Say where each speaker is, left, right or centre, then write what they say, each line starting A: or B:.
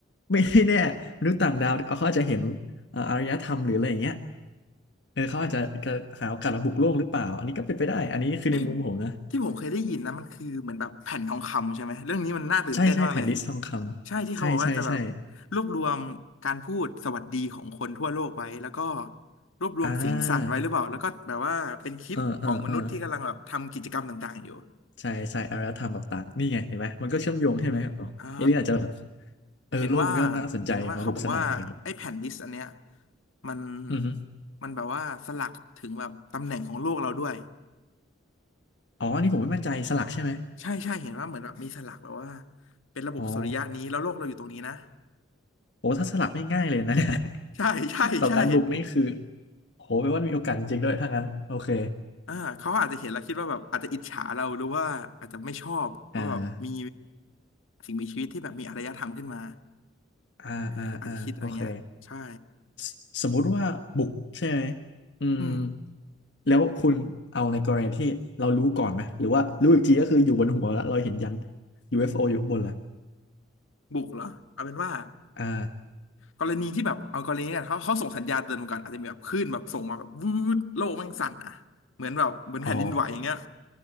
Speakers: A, on the left; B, on the left.
A: ไม่ <laughs> แน่มนุษย์ต่างดาวเขาอาจจะเห็นเอ่ออารยธรรมหรืออะไรอย่างเงี้ยเออเขาอาจจะจะหาโอกาสมาบุกโลกหรือเปล่า อันนี้ก็เป็นไปได้ อันนี้คือในมุมผมนะ
B: เอ้ยที่ผมเคยได้ยินนะมันคือเหมือนแบบแผ่นทองคำใช่ไหมเรื่องนี้มันน่าตื่นเต้นมากเลย
A: ใช่ใช่แผ่นดิสทองคำใช่ใช่ใช่
B: ใช่ที่เขาบอกว่าจะแบบรวบรวมการพูดสวัสดีของคนทั่วโลกไว้แล้วก็รวบรวมเสียงสัตว์ไว้หรือเปล่าแล้วก็แบบว่าเป็นคลิปของมนุษย์ที่กำลังแบบทำกิจกรรมต่างๆอยู่
A: อ่าเออเออเออใช่ใช่อารยธรรมแบบต่างนี่ไงเห็นไหมมันก็เชื่อมโยงใช่ไหมอ๋อเอเลี่ยนอาจจะแบบ
B: อ่า
A: เออโลกมันก็น่าสนใจมาบุกซะหน่อยอะไรเงี้ย
B: เห็นว่าเห็นว่าเขาบอกว่าไอ้แผ่นดิสก์อันเนี้ยมัน
A: อือฮึ
B: มันแบบว่าสลักถึงแบบตำแหน่งของโลกเราด้วย
A: อ๋ออันนี่ผมไม่มั่นใจสลักใช่ไหม
B: ใช่ใช่เห็นว่าเหมือนแบบมีสลักแบบว่าเป็นระบบสุริยะนี้แล้วโลกเราอยู่ตรงนี้นะ
A: อ๋อ โอ้ถ้าสลักไม่ง่ายเลยนะเนี่ย
B: ใช่ใช่ใช่
A: <laughs> ต่อการบุกนี่คือ โหแปลว่ามีโอกาสจริงๆด้วยถ้างั้นโอเค
B: อ่าเขาอาจจะเห็นแล้วคิดว่าแบบอาจจะอิจฉาเราหรือว่าอาจจะไม่ชอบว่าแบบมี
A: อ่า
B: สิ่งมีชีวิตที่แบบมีอารยธรรมขึ้นมา
A: อ่าอ่าอ่าโอเค
B: เอออาจจะคิดอะไรเงี้ยใช่
A: สสมมุติว่าบุกใช่ไหม อืม
B: อืม
A: แล้วคุณเอาในกรณีที่เรารู้ก่อนไหม หรือว่ารู้อีกทีก็คืออยู่บนหัวแล้วเราเห็นยัน UFO อฟโออยู่ข้างบนละ
B: บุกเหรอเอาเป็นว่า
A: อ่า
B: กรณีที่แบบเอากรณีกันเขาเขาส่งสัญญาณเตือนมาก่อนอาจจะมีแบบคลื่นแบบส่งมาแบบวืดโลกแม่งสั่นอ่ะเหมือนแบบเหมือนแผ่นดินไหวอย่างเงี้ย
A: อ๋อ